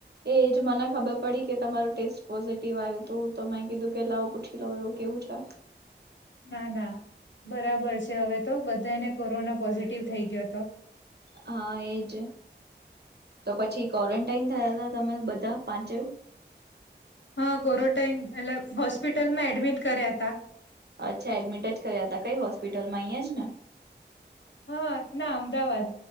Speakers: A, on the right; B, on the left.
A: એજ મને ખબર પડી કે તમારું ટેસ્ટ પોઝિટિવ આયુ તું, તો મેં કીધું કે લાવ પૂછી લઉ એવું કેવું છે?
B: ના ના બરાબર છે હવે તો, બધાયને કોરોના પોઝિટિવ થઈ ગ્યો તો.
A: હા એજ, તો પછી કોરન્ટાઈન થયા તા તમે બધા પાંચઉ?
B: હા કોરોટાઈન, એટલે હોસ્પિટલમાં એડમિટ કર્યા તા.
A: અચ્છા એડમિટેડ જ કર્યા તા. કઈ હોસ્પિટલમાં અઇયા જ ને?
B: હહ હહ ના અમદાવાદ